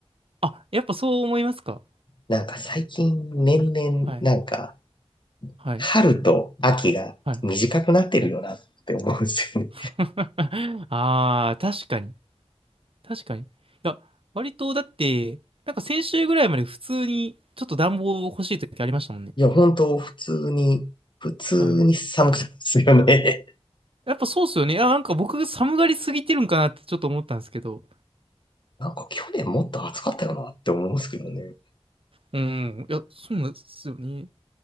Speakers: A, on the right; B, on the left.
A: あ、やっぱそう思いますか
B: なんか最近年々なんか
A: はい。はい。
B: 春と秋が短くなってるよなって思うんですよね。
A: はい。はい。<laughs> ああ、確かに。確かに。いや、割とだって、なんか先週ぐらいまで普通にちょっと暖房欲しい時ありましたもんね。
B: いや、本当普通に、普通に寒かったですよね。
A: はい。やっぱそうっすよね。いや、なんか僕が寒がりすぎてるんかなってちょっと思ったんですけど。
B: なんか去年もっと暑かったよなって思うんですけどね。
A: うん。いや、そうなんですよね。